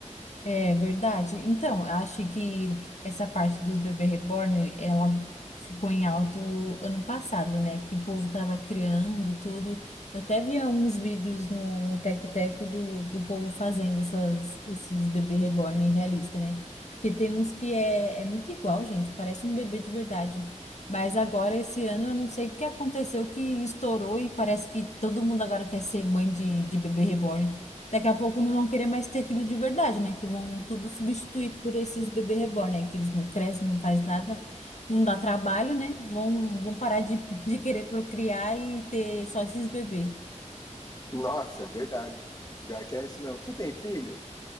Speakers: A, on the left (about 65°); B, on the left (about 30°).
A: É verdade. Então, eu acho que essa parte dos bebê reborn, ela ficou em alto ano passado, né? Que o povo tava criando tudo. Eu até via uns vídeos no Teco Teco do, do povo fazendo essas, esses bebê reborn realista, né? Porque tem uns que é, é muito igual, gente, parece um bebê de verdade. Mas agora, esse ano, eu não sei o que aconteceu, que estourou e parece que todo mundo agora quer ser mãe de, de bebê reborn. Daqui a pouco não vão querer mais ter filho de verdade, né? Que vão tudo substituir por esses bebê reborn, né? Que eles não crescem, não faz nada, não dá trabalho, né? Vão, vão parar de, <laughs> de querer procriar e ter só esses bebês.
B: Nossa, é verdade. Pior que é isso mesmo. Tu tem filho?